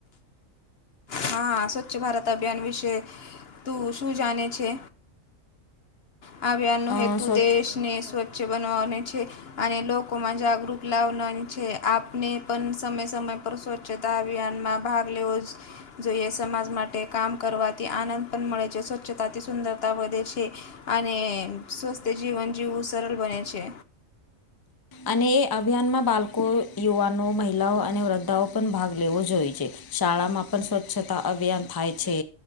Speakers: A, on the left; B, on the left.
A: હા, સ્વચ્છ ભારત અભિયાન વિશે તું શું જાણે છે? આ અભિયાનનો
B: અ,
A: હેતુ
B: સ્વ-
A: દેશને સ્વચ્છ બનાવાનો છે. અને લોકોમાં જાગૃત લાવનાની છે આપને પણ સમય સમય સ્વચ્છતા અભિયાનમાં ભાગ લેવો જ જોઈએ સમાજ માટે કામ કરવાથી આનંદ પણ મળે છે, સ્વચ્છતાથી સુંદરતા વધે છે. અને સ્વસ્થ્ય જીવન જીવવું સરળ બને છે.
B: અને એ અભિયાનમાં બાળકો, યુવાનો, મહિલાઓ અને વૃદ્ધાઓ પણ ભાગ લેવો જોઈએ છે. શાળામાં પણ સ્વચ્છતા અભિયાન થાય છે.